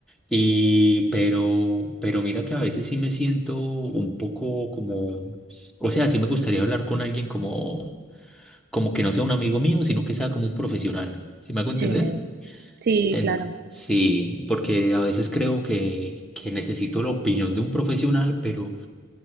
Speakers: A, in the centre; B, on the right (about 50°).
A: Y, pero, pero mira que a veces sí me siento un poco como, o sea, sí me gustaría hablar con alguien como, como que no sea un amigo mío, sino que sea como un profesional. ¿Sí me hago entender?
B: sí, sí,
A: Ent-
B: claro.
A: sí, porque a veces creo que, que necesito la opinión de un profesional, pero,